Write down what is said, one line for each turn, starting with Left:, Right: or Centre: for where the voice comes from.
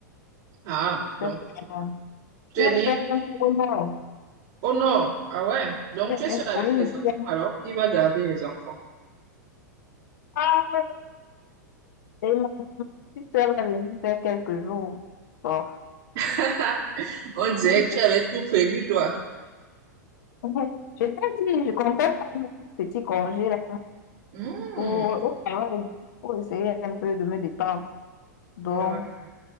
Right: Ah,
Left: Je sais
Right: donc
Left: pas.
Right: tu
Left: Il
Right: es
Left: a
Right: libre.
Left: fait un tour au nord.
Right: Oh non, ah ouais. Donc
Left: Ouais,
Right: tu es
Left: ouais,
Right: seul avec
Left: Pour une
Right: tes
Left: chaîne.
Right: enfants alors? Qui va garder les enfants?
Left: Ah, et ma petite soeur va venir faire quelques jours. Bon.
Right: <laughs> On dirait
Left: <laughs>
Right: que tu avais tout prévu, toi.
Left: Ouais. Je t'ai dit, je comptais prendre mon petit congé là
Right: Hmm,
Left: pour, au travail, pour essayer un peu de me détendre. Donc,
Right: ouais.